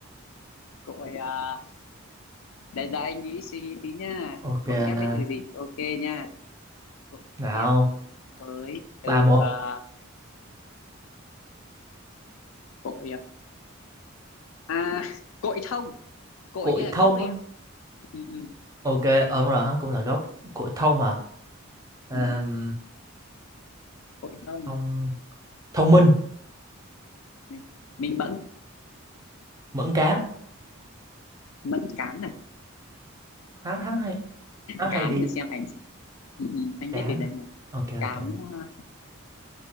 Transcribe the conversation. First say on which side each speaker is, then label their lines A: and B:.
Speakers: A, on the left; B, on the right.
A: cội à, đợi đợi anh nghĩ suy nghĩ tí nha
B: ok
A: cội chép
B: nè
A: với từ gì ok nha cội
B: nào
A: chép với từ
B: ba một
A: à, cội à cội thông cội
B: cội
A: như là
B: thông
A: gốc ấy
B: á
A: em ừ, ừ,
B: ok ờ đúng rồi hắn cũng là gốc cội thông à
A: ừ.
B: Ờm,
A: cội thông
B: thông thông minh
A: mình mình mẫn
B: mẫn cán
A: mẫn cán này
B: hắn hắn hay hắn
A: cán
B: hay đi
A: để xem ảnh ừ, ừ, anh
B: cán
A: biết từ đấy
B: à.
A: mà
B: ok
A: cán
B: ok nè.
A: à,